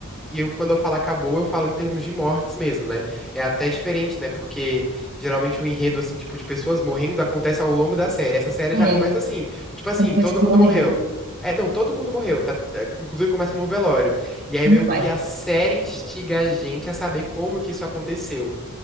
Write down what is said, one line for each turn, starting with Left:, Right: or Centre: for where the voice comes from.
Centre: e eu, quando eu falo acabou, eu falo em termos de mortes mesmo, né? É até diferente, né? Porque geralmente o enredo, assim, tipo, de pessoas morrendo acontece ao longo da série. Essa série já começa
Right: É,
Centre: assim, tipo assim,
Right: como pessoa
Centre: todo mundo
Right: morrendo.
Centre: morreu. É, não, todo mundo morreu, tá? é, Inclusive começa num velório. E aí
Right: Meu
Centre: meio que
Right: pai.
Centre: a série instiga a gente a saber como que isso aconteceu.